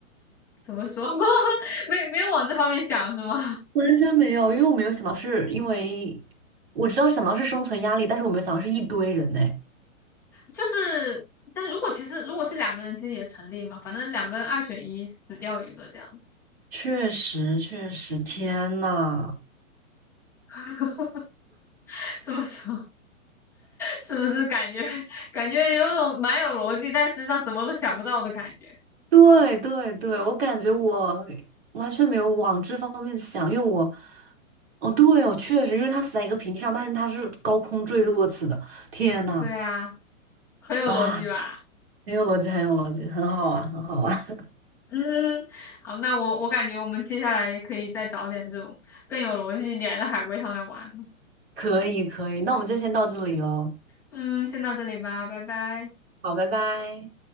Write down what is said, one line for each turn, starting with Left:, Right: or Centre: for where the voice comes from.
Centre: 怎么说？<laughs> 没没有往这方面想是吗？
Right: 完全没有，因为我没有想到是因为我知道想到是生存压力，但是我没有想到是一堆人呢。
Centre: 就是，但如果其实如果是两个人，其实也成立嘛。反正两个人二选一，死掉一个这样。
Right: 确实，确实，天呐！
Centre: <laughs> 这么说是不是感觉感觉有种蛮有逻辑，但实际上怎么都想不到的感觉？
Right: 对对对，我感觉我完全没有往这方面想，因为我，哦，对哦，我确实，因为它死在一个平地上，但是它是高空坠落死的。天呐，
Centre: 对啊，很有逻辑吧？
Right: 哇，很有逻辑，很有逻辑，很好玩，很好玩。
Centre: 嗯，嗯，好，那我我感觉我们接下来可以再找点这种更有逻辑一点的海龟汤来玩。
Right: <laughs> 可以，可以，那我们就先到这里喽。
Centre: 嗯，先到这里吧，拜拜。
Right: 好，拜拜。